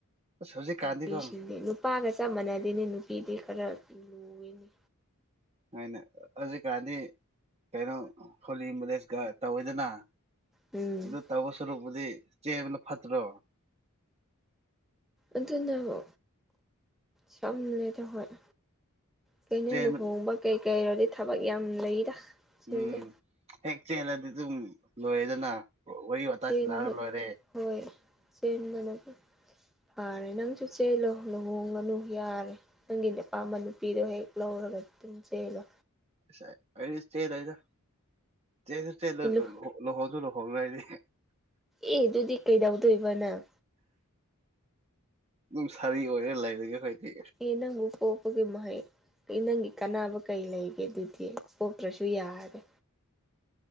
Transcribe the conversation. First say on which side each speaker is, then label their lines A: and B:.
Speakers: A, on the right; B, in the centre.
A: ꯑꯁ ꯍꯧꯖꯤꯛꯀꯥꯟꯗꯤꯀꯣ
B: ꯅꯨꯄꯤꯁꯤꯡꯗꯤ ꯑꯗꯨꯝ ꯅꯨꯄꯥꯒ ꯆꯞ ꯃꯥꯟꯅꯗꯦꯅꯤ ꯅꯨꯄꯤꯗꯤ ꯈꯔ ꯂꯨꯋꯦꯅꯦ
A: ꯍꯥꯏꯅ ꯍꯧꯖꯤꯛꯀꯥꯟꯗꯤ ꯀꯩꯅꯣ ꯍꯣꯜꯂꯤ ꯃꯦꯔꯦꯖꯀ ꯇꯧꯋꯤꯗꯅ
B: ꯎꯝ
A: ꯑꯗꯨ ꯇꯧꯕ ꯁꯔꯨꯛꯄꯨꯗꯤ ꯆꯦꯟꯕꯅ ꯐꯠꯇ꯭ꯔꯣ
B: ꯑꯗꯨꯅꯕꯨ ꯁꯝꯂꯦꯗꯥ ꯍꯣꯏ ꯀꯩꯅꯣ
A: ꯆꯦꯟꯕ
B: ꯂꯨꯍꯣꯡꯕ ꯀꯩ ꯀꯩꯔꯣꯗꯤ ꯊꯕꯛ ꯌꯥꯝ ꯂꯩꯗ ꯆꯦꯜꯂꯦ
A: ꯎꯝ ꯍꯦꯛ ꯆꯦꯜꯂꯗꯤ ꯑꯗꯨꯝ ꯂꯣꯏꯔꯦꯗꯅ ꯋꯥꯔꯤ ꯋꯥꯇꯥꯏ
B: ꯆꯦꯟꯕ
A: ꯁꯟꯅꯔꯒ ꯂꯣꯏꯔꯦ
B: ꯍꯣꯏ ꯆꯦꯟꯕꯅ ꯄꯥꯔꯦ ꯅꯪꯁꯨ ꯆꯦꯜꯂꯣ ꯂꯨꯍꯣꯡꯂꯅꯨ ꯌꯥꯔꯦ ꯅꯪꯒꯤꯅꯦ ꯑꯄꯥꯝꯕ ꯅꯨꯄꯤꯗꯣ ꯍꯦꯛ ꯂꯧꯔꯒ ꯆꯦꯂꯣ
A: ꯑꯁ ꯑꯩ ꯆꯦꯂꯣꯢꯗ ꯆꯦꯟꯁꯨ ꯆꯦꯂꯣꯢ
B: ꯏꯜꯂꯨ
A: ꯂꯨꯍꯣꯡ ꯂꯨꯍꯣꯡꯁꯨ ꯂꯨꯍꯤꯡꯂꯣꯢ ꯑꯩꯗꯤ
B: ꯑꯦ ꯑꯗꯨꯗꯤ ꯀꯩꯗꯧꯗꯣꯏꯕ ꯅꯪ
A: ꯗꯨꯝ ꯁꯥꯔꯤ ꯑꯣꯏꯔꯒ ꯂꯩꯔꯒꯦ ꯑꯩꯈꯣꯏꯗꯤ
B: ꯑꯗꯨꯗꯤ ꯅꯪꯕꯨ ꯄꯣꯛꯄꯒꯤ ꯃꯍꯩ ꯅꯪꯒꯤ ꯀꯥꯟꯅꯕ ꯀꯩ ꯂꯩꯒꯦ ꯑꯗꯨꯗꯤ ꯄꯣꯛꯇ꯭ꯔꯁꯨ ꯌꯥꯔꯦ